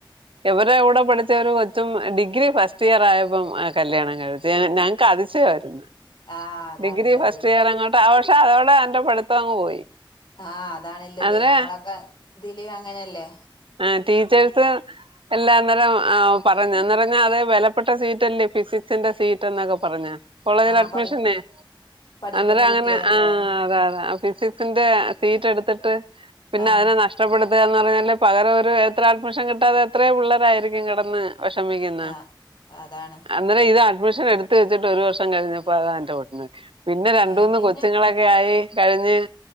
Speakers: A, on the right (about 85°); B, on the left (about 60°).
A: എവരെ എവിടെ പഠിച്ച ഒരു കൊച്ചും ഡിഗ്രി ഫസ്റ്റ് ഇയർ ആയപ്പം കല്യാണം കഴിഞ്ഞ് തേ ഞങ്ങക്ക് അതിശയവായിര്ന്ന്
B: ആഹ് അതാണ്ല്ലതേ
A: ഡിഗ്രി ഫസ്റ്റ് ഇയർ അങ്ങോ പവഷവള് അൻ്റെ പഠിത്തവങ്ങ് പോയി.
B: ആഹ് അതാണുള്ളത്
A: അതിന്
B: ഞങ്ങളൊക്കെ ഇതില് അങ്ങനെയല്ലേ?
A: ആ ടീച്ചേഴ്സ്. എല്ലാ അന്നേരം ആ പറഞ്ഞന്നറഞ്ഞാ അത് വിലപ്പെട്ട സീറ്റ്ല്ലേ ഫിസിക്സിന്റെ സീറ്റ് എന്നൊക്കെ പറഞ്ഞ. കോളേജിലെ
B: ആഹ്
A: അഡ്മിഷനെ
B: പഠി പഠിക്കണ
A: അന്നേരം
B: കുട്ടിയാർല്ലേ
A: അങ്ങനെ ആഹ് അതാ അതെ ഫിസിക്സിന്റെ സീറ്റ് എടുത്തിട്ട്. പിന്നെ
B: ആഹ്
A: അതിന് നഷ് നഷ്ടപ്പെടത്തുകന്ന് പറഞ്ഞാല് പകരം ഒരു എത്ര അഡ്മിഷൻ കിട്ടാതെ എത്രയും പിള്ളരായിരിക്കും കിടന്ന്. വേഷമിക്കുന്നെ
B: ആഹ് അതാണ്
A: അ അന്നേരം ഇത് അഡ്മിഷൻ എടുത്ത് വെച്ചിട്ട് ഒരു വർഷം കഴിഞ്ഞപ്പോ അതാ എന്റെവോട്ടിനോയി പിന്നെ രണ്ടൂന്ന്
B: ഏഹ് പിന്നെ
A: കൊച്ചുങ്ങളൊക്കെ ആയി കഴിഞ്ഞ്